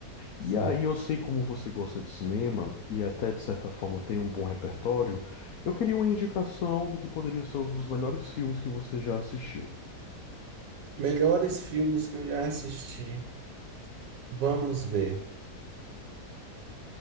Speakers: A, on the left; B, on the right.
A: E
B: Sim.
A: aí, eu sei como você gosta de cinema e até de certa forma tem um bom repertório. Eu queria uma indicação do que poderia ser um dos melhores filmes que você já assistiu.
B: Melhores filmes que eu já assisti. Vamos ver.